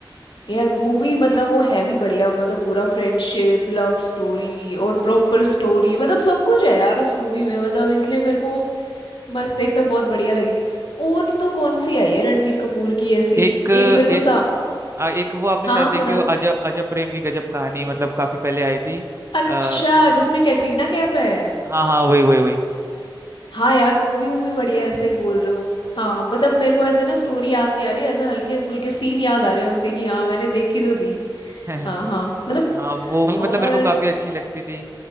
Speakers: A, on the left; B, on the right.
A: यार मूवी मतलब वो है भी बढ़िया मतलब पूरा फ्रेंडशिप लव स्टोरी और प्रॉपर स्टोरी मतलब सब कुछ है यार उस मूवी में मतलब इसलिए मेरे को मस्त एकदम बहुत बढ़िया लगी थी और तो कौन सी आई है रणबीर कपूर की ऐसी
B: एक
A: एक मेरे को
B: एक
A: सा
B: आ, एक वो आपने
A: हाँ
B: शायद
A: हाँ,
B: देखी
A: बताओ
B: हो अजब अजब प्रेम की गजब कहानी मतलब काफी पहले आई थी
A: अच्छा
B: आ,
A: जिसमें कैटरीना कैफ है
B: हाँ हाँ वही वही वही
A: हाँ यार वो भी मूवी बढ़िया है सही बोल रहे हो हाँ मतलब मेरे को ऐसे ना स्टोरी याद नहीं आ रही ऐसे हल्के फुल्के सीन याद आ रहे हैं उसके कि हाँ मैंने देखी तो थी
B: <laughs>
A: हाँ हाँ मतलब
B: हाँ वो भी
A: और
B: मतलब मेरे को काफी अच्छी लगती थी